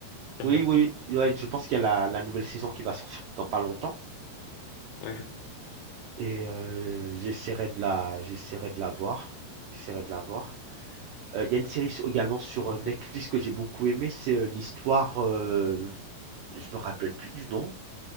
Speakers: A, on the left (about 80°); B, on the right (about 80°).
A: Stranger
B: Oui, oui,
A: Things?
B: ouais, je pense qu'il y a la, la nouvelle saison qui va sortir dans pas longtemps.
A: Ouais,
B: Et euh, j'essaierai de la, j'essaierai de la voir. J'essaierai de la voir. Euh, Il y a une série sur- également sur
A: ok.
B: euh, Netflix que j'ai beaucoup aimée, c'est euh, l'histoire, euh, je me rappelle plus du nom.